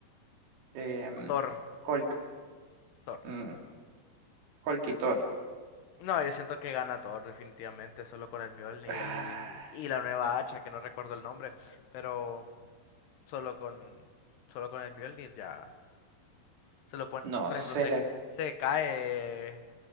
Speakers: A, on the right; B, on the left.
A: em,
B: Thor,
A: Hulk.
B: Thor.
A: mm, Hulk y Thor.
B: No, yo siento que gana Thor definitivamente, solo con el Mjolnir
A: <sighs> Ah,
B: y, y la nueva hacha, que no recuerdo el nombre, pero Solo con, solo con el Mjolnir ya se lo pone.
A: No
B: Por ejemplo,
A: sé.
B: se, se cae,